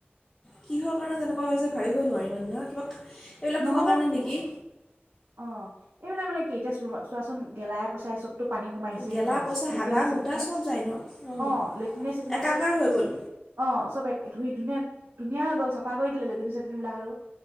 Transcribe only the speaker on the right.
নহ'ব
অ এইবিলাক মানে কি এতিয়া চ চোৱাচোন গেলাই পঁচাই চব টো পানী সোমাই আহিছেহি
ন,
লেটিনে-চেটিনে
অ লেটিনে-চেটিনে
চব
অ চব এক ধুই-ধুনীয়া-ধুনীয়া হৈ গ'ল চাফা কৰি দিলে লেটিন-চেতিনবিলাক আৰু।